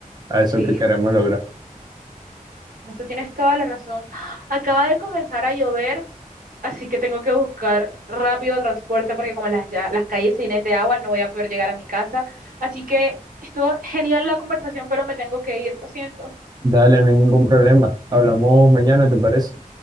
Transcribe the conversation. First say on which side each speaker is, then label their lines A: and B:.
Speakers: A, on the right; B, on the right.
A: a
B: Sí,
A: eso que queremos
B: en
A: lograr.
B: eso tienes toda la razón. ¡Ah! Acaba de comenzar a llover. Así que tengo que buscar rápido transporte porque como las, ya, las calles se llenen de agua, no voy a poder llegar a mi casa. Así que estuvo genial la conversación, pero me tengo que ir, lo siento.
A: Dale, no hay ningún problema. Hablamos mañana, ¿te parece?